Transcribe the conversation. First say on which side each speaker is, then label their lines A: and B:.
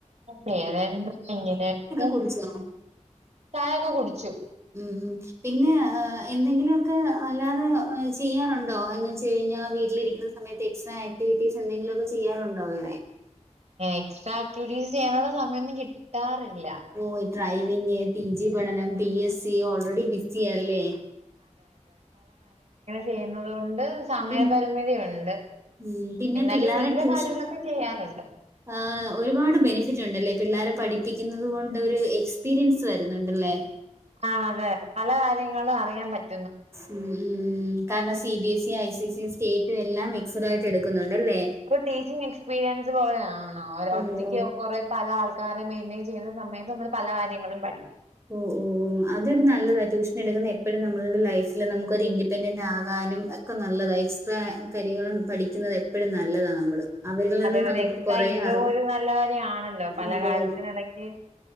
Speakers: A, on the right (about 55°); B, on the right (about 20°).
A: വേറെന്താ ഇങ്ങനെയൊക്കെ
B: കുടിച്ചോ
A: ചായൊക്കെ കുടിച്ചു
B: ഉം ഉം പിന്നെ എന്തെങ്കിലൊക്കെ അല്ലാതെ ചെയ്യാറുണ്ടോ എന്ന് വെച്ച് കഴിഞ്ഞാ വീട്ടിലിരിക്കുന്ന സമയത്ത് എക്സ്ട്രാ ആക്ടിവിറ്റീസ് എന്തങ്കിലും ഒക്ക ചെയാറുണ്ടോ വേറെ
A: എക്സ്ട്രാ ആക്ടിവിറ്റീസ് ചെയ്യാനുള്ള സമയൊന്നും കിട്ടാറില്ല
B: ഓ ഡ്രൈവിംഗ് പി ജി പഠനം പി എസ് സി ഓൾറെഡി ബിസിയാ അല്ലേ?
A: ചെയ്യുന്നുന്നതോണ്ട് സമയപരിമിതി
B: പിന്നെ
A: ഉണ്ട്
B: ഉം പിന്നെ
A: എന്നാലും
B: പിള്ളാരെ
A: വീട്ടിലെ
B: ട്യൂഷൻ
A: കാര്യങ്ങളൊക്കെ ചെയ്യാറുണ്ട്
B: ആഹ് ഒരുപാട് ബെനിഫിറ്റ് ഉണ്ടല്ലേ പിള്ളോരെ പഠിപ്പിക്കുന്നത് കൊണ്ട് ഒരു എക്സ്പീരിയൻസ് വരുന്നുണ്ടല്ലേ?
A: ആഹ് അതെ പല കാര്യങ്ങളും അറിയാൻ പറ്റും
B: ഉം ഉം കാരണം C B S E I C S സ സ്റ്റേറ്റും എല്ലാം മിക്സഡായിട്ട് എടുക്കുന്നുണ്ട്ല്ലേ?
A: ഒരു ടീച്ചിങ് എക്സ്പീരിയൻസ് പോലെ യാണോ
B: ഓ
A: ഒറ്റക്ക്
B: ഓ
A: കുറെ പല ആൾക്കാരെ മെയിന്റെയിൻ ചെയ്യുന്ന സമയത്ത് നമ്മൾ പല കാര്യങ്ങളും പഠിക്കും
B: ഉം ഉം ഉം അതൊരു നല്ലതാ ട്യൂഷൻ എടുക്കുന്ന എപ്പോഴും നമ്മുടെ ലൈഫില് നമുക്ക് ഒരു ഇൻഡിപെൻഡന്റ് ആകാനും ഒക്കെ നല്ലതാണ് എക്സ്ട്രാ കാര്യങ്ങളും പഠിക്കുന്നത് എപ്പോഴും നല്ലതാണ് നമ്മള് അവരിൽ നിന്ന്
A: അതേ ഒരു
B: നമുക്ക്
A: എക്സ്ട്രാ
B: കൊറേ
A: ഇൻകം
B: അറിവ്
A: ഒരു നല്ല കാര്യ ആണല്ലോ പല
B: അതെ
A: കാര്യത്തിനിട ഓക്കെ